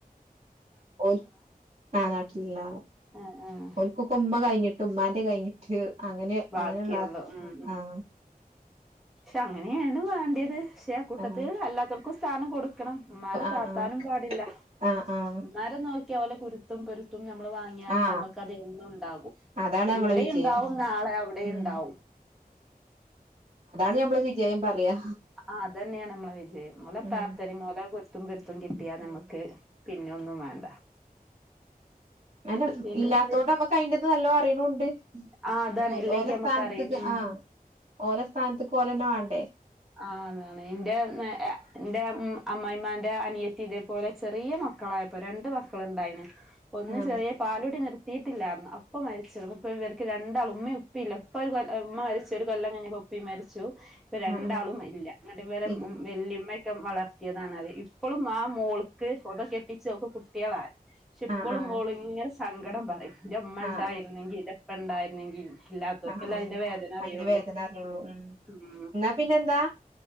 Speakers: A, on the right (about 40°); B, in the centre.
A: ഓല് ആ നാട്ടിലുള്ള
B: ആഹ് ആഹ്
A: ഓൽക്കക്കെ ഉമ്മ കഴിഞ്ഞി ഉമ്മാന്റെ കഴിഞ്ഞിട്ട് അങ്ങനെ
B: ബാക്കിയുള്ളൂ
A: അങ്ങനെയുള്ള
B: ഉം ഉം
A: ആ
B: പക്ഷെ അങ്ങനെയാണ് വേണ്ടിയത് പക്ഷെ ആ കൂട്ടത്തിൽ
A: ആഹ്
B: അല്ലാത്തോൽക്കും സ്ഥാനം കൊടു ക്കണം ഇമ്മാരെ
A: ആഹ് ആഹ്
B: താത്താനും പാടില്ല
A: ആഹ് ആഹ്
B: ഇമ്മാരെ നോക്കിയ ഓലെ കുരു ത്തും പൊരുത്തും നമ്മൾ വാങ്ങിയാല്
A: ആഹ്
B: നമുക്കത് എന്നും ഉണ്ടാകും.
A: അതാണ് നമ്മളെ
B: ഇവിടെയുണ്ടാവും
A: വിജയം
B: നാളെ അവിടെയും
A: ഉം
B: ഉണ്ടാവും.
A: ഇഞ്ഞ് ഞമ്മള് വിജയം പറ്യാ.
B: ആഹ് അതന്നെയാണ് നമ്മളെ വിജയം ഓലെ
A: ഉം
B: പ്രാർഥനിം ഓലാ കുരുത്തും പൊരു ത്തും കിട്ടിയാ നമക്ക്
A: ഉം
B: പിന്നെ ഒന്നും വേണ്ട.
A: അതെന്നെ
B: പിന്നെ
A: ഇല്ലാത്തോണ്ട്
B: എന്ത്
A: നമക്ക് അയിന്റെ ഇത് നല്ലോ അറിയുണുണ്ട്.
B: ആ അതാണ്
A: ഓ
B: ഇല്ലെങ്കി
A: ഓല
B: നമ്മക്കറിയാം
A: സ്ഥാനത്ത്ക്ക്
B: ഉം
A: ആ ഓല സ്ഥാനത്ത്ക്ക് ഓലന്നെ വേണ
B: ആ അതാണ് ഇന്റെ <unintelligible> ഇൻ്റെ അമ്മമായിമാൻ്റെ അനിയത്തി ഇതേപോലെ ചെറിയ മക്കളായപ്പം രണ്ട് ക്കള് ഇണ്ടായ്ന് ഒന്ന്
A: ആഹ്
B: ചെറിയ പാലൂടി നിർ തീട്ടില്ലാ ഞ്ഞ് അപ്പൊ മരിച്ചിടും ഇപ്പ ഇവർക്ക് രണ്ടാളുംഉമ്മയും ഇപ്പിം ഇല്ല ഉപ്പ ഒരു കൊ ഉമ്മ മരിച്ചു ഒരു കൊല്ലം കഴിഞ്ഞപ്പോ ഉ പ്പിം മരിച്ചു ഇപ്പ രണ്ടാളും
A: ആഹ് ആഹ്
B: ഇല്ല ഇങ്ങട്ട് ഇവരെ
A: ഇല്ല
B: വെല്ലിയമ്മയൊക്കെ വളർത്തിയതാണ ഇപ്പളും ആ മോൾക്ക് ഓളിപ്പം കെട്ടിച്ച് ഓക്പ്പം കുട്ടിയേളായി പക്ഷെ ഇപ്പളും
A: ആഹ് ആഹ്
B: ഓളിങ്ങനെ സങ്കടം പറയും ഇൻ്റെമ്മ
A: ആഹ്
B: ഉണ്ടായിരുന്നെങ്കിൽ ഇൻ്റെപ്പ ഉണ്ടായിരുന്നെങ്കിൽ ന്ന് ഇല്ലാത്തവർക്കല്ലേ
A: ആഹ് ആഹ് ആഹ്
B: അതിന്റെ വേദന അറിയുള്ളൂ
A: അയിന്റെ വേദന അറിഞ്ഞൊള്ളൂ ഉം
B: ഉം
A: എന്നാ പിന്നെന്താ